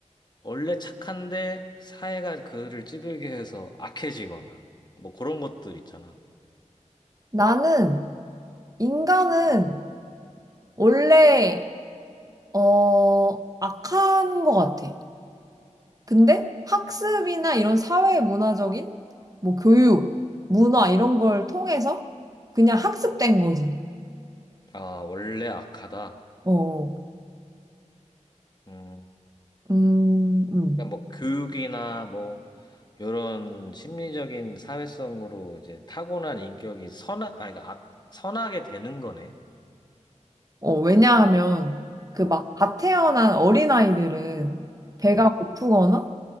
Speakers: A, on the left; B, on the right.
A: 원래 착한데 사회가 그를 찌들게 해서 악해지거나, 뭐 그런 것들 있잖아.
B: 나는, 인간은
A: 응.
B: 원래, 어, 악한 것 같아. 근데 학습이나 이런 사회 문화적인, 뭐 교육, 문화 이런 걸 통해서 그냥 학습된 거지.
A: 아, 원래 악하다.
B: 어, 어.
A: 음.
B: 음, 음.
A: 그러니까 뭐 교육이나 뭐 이런 심리적인 사회성으로 이제 타고난 인격이 선악 아니 그러니까 악 선하게 되는 거네.
B: 어, 왜냐하면 그
A: 응
B: 막갓 태어난 어린아이들은 배가
A: 응
B: 고프거나